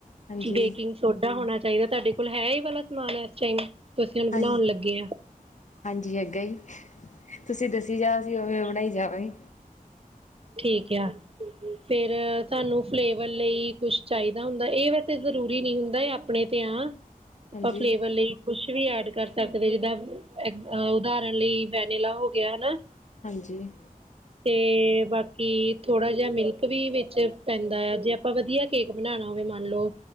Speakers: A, on the left; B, on the right.
A: ਹਾਂਜੀ
B: ਬੇਕਿੰਗ ਸੋਡਾ ਹੋਣਾ ਚਾਹੀਦਾ। ਤੁਹਾਡੇ ਕੋਲ ਹੈ ਏ ਵਾਲਾ ਸਮਾਨ ਹੈ ਇਸ ਟਾਈਮ। ਅਸੀਂ ਉਹਨੂੰ ਬਣਾਉਣ
A: ਹਾਂ
B: ਲੱਗੇ ਹਾਂ।
A: ਹਾਂਜੀ ਹੈਗਾ ਜੀ ਤੁਸੀਂ ਦੱਸੀ ਜਾਸੀ ਉਵੇਂ ਉਵੇਂ ਬਣਾਈ ਜਾਵਾਂਗੇ।
B: ਠੀਕ ਆ। ਫੇਰ ਸਾਨੂੰ ਫਲੇਵਰ ਲਈ ਕੁਛ ਚਾਹੀਦਾ ਹੁੰਦਾ। ਇਹ ਵੈਸੇ ਜ਼ਰੂਰੀ ਨਹੀਂ ਹੁੰਦਾ ਆਪਣੇ ਤੇ ਆ। ਆਪਾਂ
A: ਹਾਂਜੀ
B: ਫਲੇਵਰ ਲਈ ਕੁਛ ਵੀ ਐਡ ਕਰ ਸਕਦੇ ਜਿੱਦਾਂ ਉਦਾਹਰਣ ਲਈ ਵੈਨਲਾ ਹੋ ਗਿਆ ਹਨਾ।
A: ਹਾਂਜੀ
B: ਤੇ ਬਾਕੀ ਕਿ ਥੋੜਾ ਜਿਹਾ ਮਿਲਕ ਵੀ ਵਿੱਚ ਪੈਂਦਾ ਆ। ਜੇ ਆਪਾਂ ਵਧੀਆ ਕੇਕ ਬਣਾਉਣਾ ਹੋਵੇ ਮੰਨ ਲਓ।